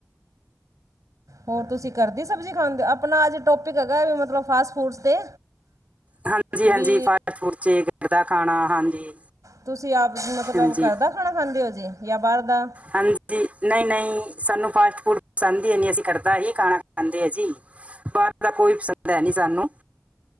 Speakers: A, on the right; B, on the right.
A: ਹੋਰ, ਤੁਸੀਂ ਕਰਦੀ ਸਬਜ਼ੀ ਖਾਂਦੇ? ਆਪਣਾ ਅੱਜ ਟੋਪਿਕ ਹੈਗਾ ਮਤਲਬ ਫਾਸਟ ਫੂਡਸ ਤੇ।
B: ਹਾਂਜੀ -ਹਾਂਜੀ
A: ਵੀ
B: ਫਾਸਟ ਫੂਡ 'ਚ ਗਰ <unintelligible> ਦਾ ਖਾਣਾ, ਹਾਂਜੀ।
A: ਤੁਸੀਂ ਆਪ ਮਤਲਬ,
B: ਹਾਂਜੀ
A: ਘਰ ਦਾ ਖਾਣਾ ਖਾਂਦੇ ਹੋ ਜੀ ਜਾਂ ਬਾਹਰ ਦਾ?
B: ਹਾਂਜੀ ਨਹੀਂ, ਨਹੀਂ ਸਾਨੂੰ ਫਾਸਟ ਫੂਡ ਪਸੰਦ ਈ ਹੈ ਨੀ, ਅਸੀਂ ਘਰਦਾ ਹੀ ਖਾਣਾ ਖਾਂਦੇ ਆ ਜੀ। ਬਾਹਰ ਦਾ ਕੋਈ ਪਸੰਦ ਹੈ ਨੀ ਸਾਨੂੰ।